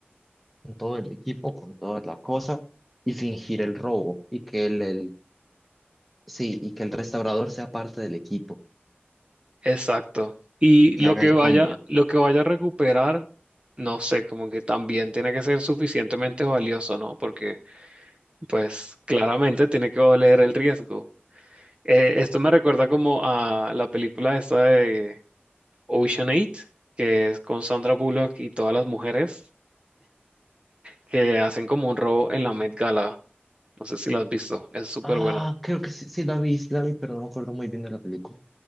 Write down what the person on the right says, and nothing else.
exacto. Y
lo
que
vaya,
lo que vaya a recuperar, no sé, como que también tiene que ser suficientemente valioso, ¿no? Porque, pues, claramente tiene que valer el riesgo. Eh, esto me recuerda como a la película esta de Ocean 8, que es con Sandra Bullock y todas las mujeres que hacen como un robo en la Met Gala. No sé si lo has visto, es súper
buena.